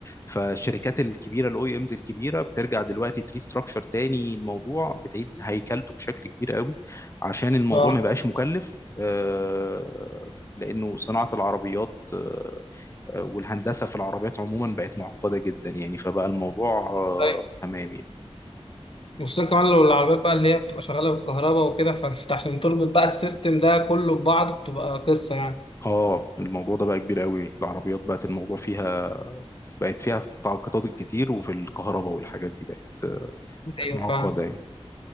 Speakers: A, on the left; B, on the left.
A: فالشركات الكبيره الاو اي امز الكبيره بترجع دلوقتي تريستراكشر تاني الموضوع بتعيد هيكلته بشكل كبير قوي عشان الموضوع
B: اه
A: ما يبقاش مكلف آه، لانه صناعه العربيات آه، والهندسه في العربيات عموما بقت معقده جدا يعني فبقى الموضوع آه،
B: طيب
A: تمام يعني
B: وخصوصا كمان لو العربيات بقى اللي هي بتبقى شغاله بالكهرباء وكده فانت <laughs> عشان تربط بقى السيستم ده كله ببعضه بتبقى قصه يعني
A: اه الموضوع ده بقى كبير قوي العربيات بقت الموضوع فيها بقت فيها التعاقدات الكتير وفي الكهرباء والحاجات دي بقت بقت
B: ايوه
A: معقدة
B: فاهم
A: يعني